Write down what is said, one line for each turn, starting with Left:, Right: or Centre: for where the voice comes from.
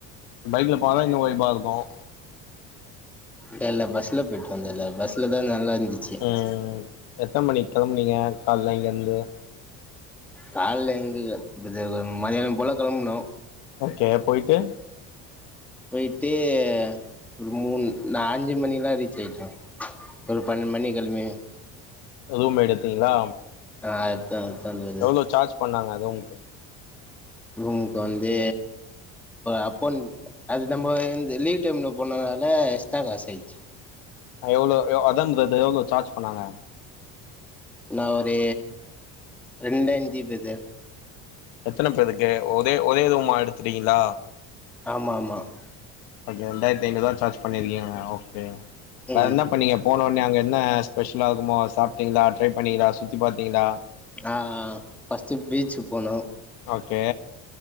Left: பைக்ல போனாதா எங்க ஒயிபா இருக்கும்
Centre: இல்ல இல்ல பஸ்ல போயிட்டு வந்த பஸ்லதான் நல்லா இருந்துச்சு
Left: உம் எத்தனை மணி கிளம்பறிங்க காலல இங்க இருந்து
Centre: காலல எங்க மதியானம் போல கிளம்பனும்
Left: ஓகே போயட்டு
Centre: போயிட்டு ஒரு மூணு அஞ்சு மணி எல்லாம் ரீச் ஆயிட்டம் ஒரு பன்னெடு மணிிக்கிழமைய
Left: ருமு எடுத்தீங்களா
Centre: ஆ தன தந்து அத
Left: எவ்ளோ சார்ஜ் பண்ணாங்க ருமுங்க்கு
Centre: ரூமுக்கு வந்து அப்போ அதுஎன்து நம்ம லீவ் டைம்ல போனதுனால தங்கசைச்சு
Left: எவ்வளவு அதான்து எவ்வளோ சார்ஜ் பண்ணாங்க
Centre: நான் ஒருர ரெண்டஞ்சிபிது
Left: எத்தனை பேதுக்கு ஒரே ருமாதமா எடுத்து ல
Centre: ஆமமா ஆமாாம்
Left: ஓகே ரெண்டாயிரத்த ஐநூா சார்ஜ் பண்ணிருக்கீங்க ஓகே
Centre: ம்
Left: வேற என்ன பண்ணீங்க போன ஒனே அங்க என்ன ஸ்பெஷல் ஆகுமோ சாப்பிட்டீங்களா ட்ரை பண்ணீங்களா சுத்தி பாத்தீங்களா
Centre: ஆஹ் பஃஸ்ட்டு பீச்சு போனோம்
Left: ஓக்கே